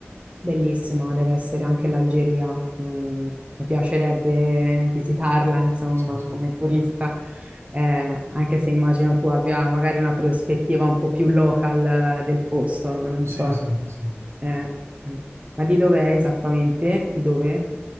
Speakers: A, on the right; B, on the right.
A: Bellissima, deve essere anche l'Algeria. Mm, mi piacerebbe visitarla, insomma,
B: Sì, sì,
A: come turista, eh, anche se immagino tu abbia magari una prospettiva un po' più local eh, del posto, no, non
B: sì,
A: so.
B: sì, sì.
A: Eh, mm. ma di dove è esattamente? Di dove?